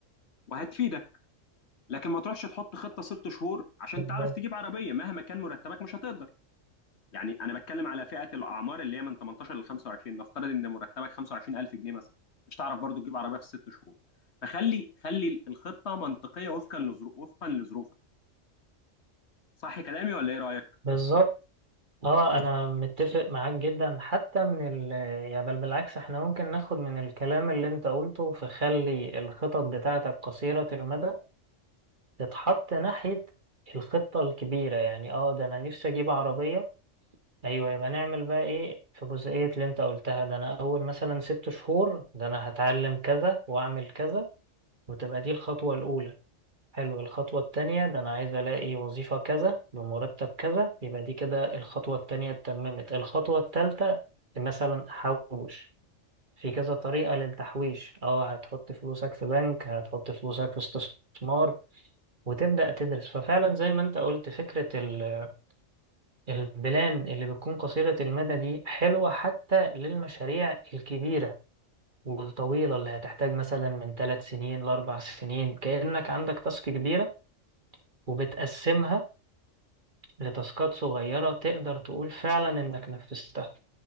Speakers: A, on the left (about 60°); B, on the right (about 40°).
A: وهتفيدك لكن ما تروحش تحط خطه ست شهور عشان
B: بالظبط
A: تعرف تجيب عربيه مهما كان مرتبك مش هتقدر يعني انا بتكلم على فئه الاعمار اللي هي من 18 ل 25 نفترض ان مرتبك 25000 جنيه مثلا مش تعرف برضو تجيب عربيه في الست شهور فخلي خلي الخطه منطقيه وفقا لظروف وفقا لظروفك صح كلامي ولا ايه رايك
B: بالظبط. اه انا متفق معاك جدا حتى من ال يعني بل بالعكس احنا ممكن ناخد من الكلام اللي انت قلته فخلي الخطط بتاعتك قصيرة المدى تتحط ناحية الخطة الكبيرة يعني اه ده انا نفسي اجيب عربية ايوه يبقى نعمل بقى ايه في جزئية اللي انت قلتها ده انا اول مثلا ست شهور ده انا هتعلم كذا واعمل كذا وتبقى دي الخطوة الاولى حلو الخطوة التانية ده أنا عايز ألاقي وظيفة كذا بمرتب كذا يبقى دي كده الخطوة التانية اتممت الخطوة التالتة مثلا أحوش في كذا طريقة للتحويش اه هتحط فلوسك في بنك هتحط فلوسك في استثمار وتبدأ تدرس ففعلا زي ما انت قلت فكرة ال- البلان اللي بتكون قصيرة المدى دي حلوة حتى للمشاريع الكبيرة والطويلة اللي هتحتاج مثلا من ثلاث سنين لأربع سنين كأنك عندك تاسك كبيرة وبتقسمها لتاسكات صغيرة تقدر تقول فعلا إنك نفذتها